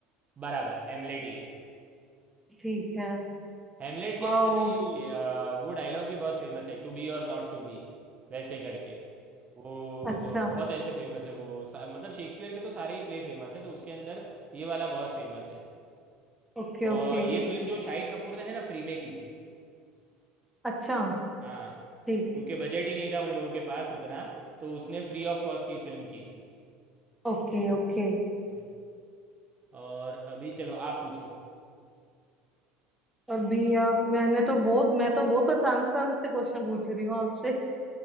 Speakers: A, on the right; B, in the centre.
A: बराबर हेमलेट ही है
B: ठीक है
A: हेमलेट के
B: वाओ
A: अंदर ये अ, वो डायलॉग भी बहुत फेमस है टू बी और नॉट टू बी वैसे करके वो
B: अच्छा
A: अ, बहुत ऐसे फेमस है वो सा- मतलब शेक्सपियर के तो सारे ही प्ले फेमस है तो उसके अंदर ये वाला बहुत फेमस है
B: Okay
A: और
B: okay
A: ये फिल्म जो शाहिद कपूर ने है ना फ्री में की थी
B: अच्छा
A: हाँ
B: ठीक
A: क्योंकि बजट ही नहीं था उन लोगों के पास उतना तो उसने फ्री ऑफ कॉस्ट की फिल्म की थी
B: Okay okay
A: हम्म। और अभी चलो आप पूछो
B: अभी आप मैंने तो बहुत मैं तो बहुत आसान आसान से क्वेश्चन पूछ रही हूँ आपसे